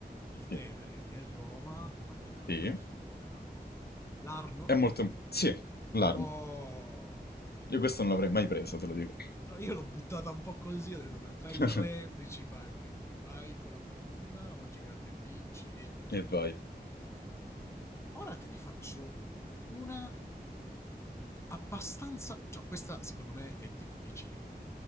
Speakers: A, on the left (about 15°); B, on the left (about 70°).
A: il Tevere
B: Sì,
A: è Roma, qual è l'altro
B: sì,
A: fiume grande? L'Arno?
B: è molto... Sì, l'Arno.
A: Wow!
B: Io questo non l'avrei mai presa, te lo dico.
A: Allora, Io l'ho buttata un po' così, ho detto "Dai, tra
B: <laughs>
A: i tre principali, quindi vai con la fortuna, oggi gratta e vinci. <laughs>
B: E poi,
A: Ora te ne faccio una abbastanza... Cioè, questa secondo me è difficile.